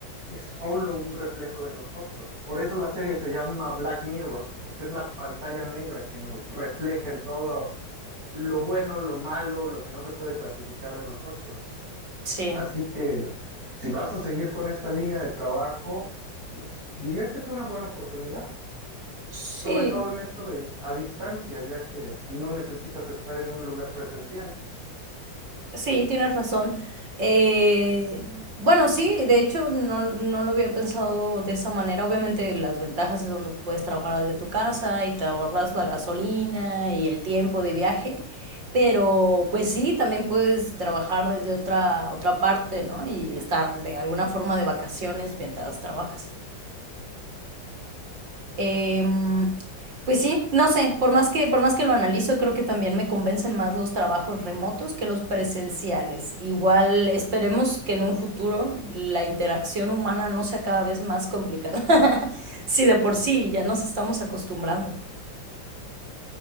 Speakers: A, on the right (about 50°); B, on the right (about 75°).
A: es solo un reflejo de nosotros. Por eso la serie se llama Black Mirror, porque es la pantalla negra que nos refleja en todo lo bueno, lo malo, lo que no se puede clasificar de nosotros.
B: sí,
A: Así que si vas a seguir con esta línea de trabajo, pues diría que es una buena oportunidad,
B: sí,
A: sobre todo en esto de a distancia, ya que no necesitas estar en un lugar presencial.
B: Sí, tienes razón. Eh, bueno, sí, de hecho no, no lo había pensado de esa manera. Obviamente las ventajas es donde puedes trabajar desde tu casa y te ahorras la gasolina y el tiempo de viaje, pero pues sí, también puedes trabajar desde otra, otra parte, ¿no? Y estar de alguna forma de vacaciones mientras trabajas. Em, pues sí, no sé, por más que, por más que lo analizo, creo que también me convencen más los trabajos remotos que los presenciales. Igual esperemos que en un futuro la interacción humana no sea cada vez más complicada, <laughs> si de por sí ya nos estamos acostumbrando.